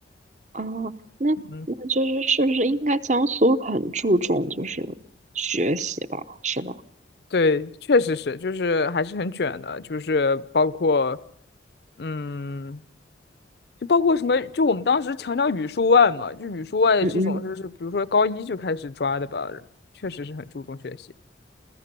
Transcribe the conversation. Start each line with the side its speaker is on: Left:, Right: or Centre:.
Right: 哦，那那就是是不是应该江苏很注重就是学习吧？
Left: 嗯
Right: 是吧？
Left: 对，确实是，就是还是很卷的，就是包括，嗯，就包括什么，就我们当时强调语数外嘛，就语数外这种，
Right: 嗯嗯，
Left: 就是比如说高一就开始抓的吧，确实是很注重学习。